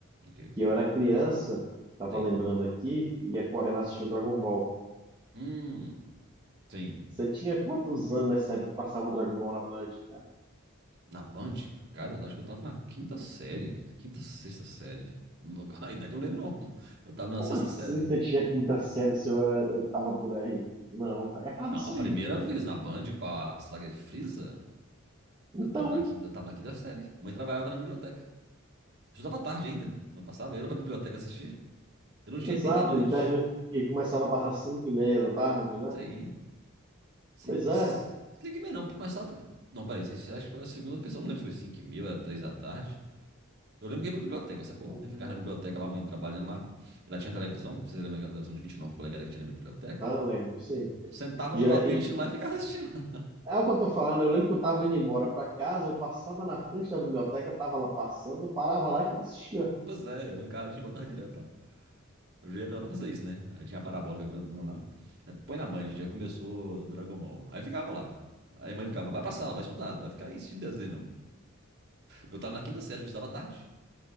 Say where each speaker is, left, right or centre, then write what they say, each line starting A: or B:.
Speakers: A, on the right; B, on the right.
A: ok.
B: Que eu era criança, tava
A: Tem.
B: lembrando aqui, ia correndo assistir o Dragon Ball.
A: Hum, tem.
B: Você tinha quantos anos nessa época que passava o Dragon Ball na Band, cara?
A: Na Band? Cara, eu acho que eu tava na quinta série. Quinta, sexta série. Não- <laughs> A idade eu não lembro, não. Eu tava na
B: Como
A: sexta
B: assim
A: série.
B: você tinha quinta série se eu, era, eu tava por aí? Não, tá errado
A: Não,
B: isso
A: a primeira
B: aí.
A: vez na Band, pra saga de Frieza,
B: Então,
A: eu tava na quinta, eu tava na quinta série. Mãe trabalhava na biblioteca. Eu estudava à tarde ainda, quando passava. Eu ia lá pra biblioteca assistir. Eu não tinha
B: exato,
A: ido nem pra noite.
B: e, termi- e começava a passar cinco e meia da tarde, né?
A: Sim. 5
B: Pois é.
A: 5 e meia não, começava. Não, peraí, isso- acho que foi a segunda versão, não lembro se foi 5 e meia, era 3 da tarde. Eu lembro que ia pra biblioteca, sacou?
B: Aham,
A: Eu ficava na biblioteca lá, a mãe trabalhando lá. Ela tinha televisão, vocês lembram daquela televisão de 29 polegadas que tinha na biblioteca?
B: lembro, sim.
A: Eu sentava
B: Dire-
A: no tapete
B: E
A: lá e ficava assistindo lá. <laughs>
B: é o que eu tô falando, eu lembro que eu tava indo embora pra casa, eu passava na frente da biblioteca, tava lá passando, eu parava lá e assistia.
A: Pois é, eu ficava, a gente botava direto lá. Eu já ia pra lá pra fazer isso, né? Aí tinha a parabólica grandona lá. Aí, Põe na Band, já começou Dragon Ball. Aí ficava lá. Aí a mãe ficava, vai pra sala, vai estudar, vai ficar aí assistindo desenho, não. Eu tava na quinta série, eu estudava à tarde.